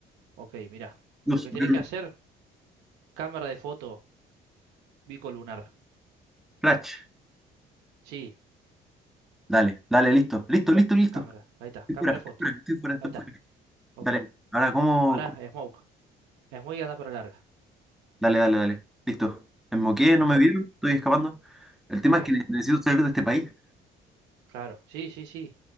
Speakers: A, on the right (about 85°); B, in the centre.
A: Ok, mirá.
B: Luz,
A: Lo que tienes
B: verde,
A: que hacer, cámara de foto bicolunar.
B: flash.
A: Sí,
B: Dale, dale, listo. Listo,
A: ¿Qué?
B: listo, listo.
A: cámara. Ahí está,
B: Estoy
A: cámara
B: fuera,
A: de
B: estoy
A: foto.
B: fuera, estoy fuera, estoy
A: Ahí está.
B: fuera.
A: Ok.
B: Dale, ahora, ¿cómo?
A: Pará,
B: cómo-
A: smoke. Smoke y anda para larga.
B: Dale, dale, dale. Listo. Me moqué,
A: Ahí
B: no
A: está.
B: me vieron, estoy escapando. El tema
A: Ok.
B: es que necesito salir de este país.
A: Claro. Sí, sí, sí.